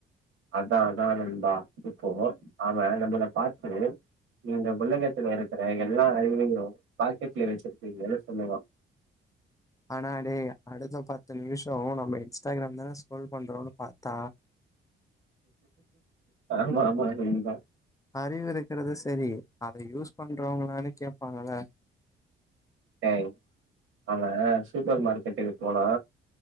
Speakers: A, on the right; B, on the left.
A: அதா அதா நண்பா இப்போ அவ நம்மள பாத்து இந்த உலகத்துல இருக்குற எல்லா அறிவையு பாக்கெட்ல வெச்சுருப்பிங்கனு சொல்லுவா
B: ஆனா டே அடுத்த பத்து நிமிஷோ நம்ம இன்ஸ்டாகிராம் தான ஸ்க்ரோல் பண்றோனு பாத்தா
A: ஆமா ஆமா நீங்கதா
B: அறிவு இருக்குறது செரி அத யூஸ் பண்றவ்ங்களானு கேப்பாங்கள
A: டேய் அவ சூப்பர் மார்க்கெட்டுக்கு போனா